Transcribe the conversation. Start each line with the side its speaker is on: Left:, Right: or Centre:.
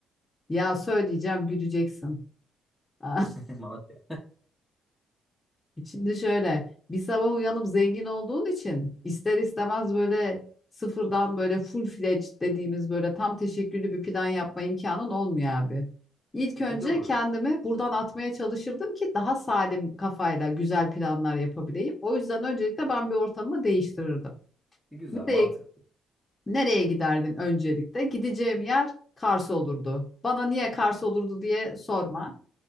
Left: Ya söyleyeceğim, güleceksin. <laughs>
Centre: <laughs> Malatya.
Left: Şimdi şöyle bir sabah uyanıp zengin olduğun için ister istemez böyle sıfırdan böyle full fledged dediğimiz böyle tam teşekküllü bir plan yapma imkanın olmuyor abi. İlk önce
Centre: E doğru.
Left: kendimi buradan atmaya çalışırdım ki daha salim kafayla güzel planlar yapabileyim. O yüzden öncelikle ben bir ortamı değiştirirdim.
Centre: E, güzel,
Left: Nereye,
Centre: mantıklı.
Left: nereye giderdim öncelikle? Gideceğim yer Kars olurdu. Bana niye Kars olurdu diye sorma.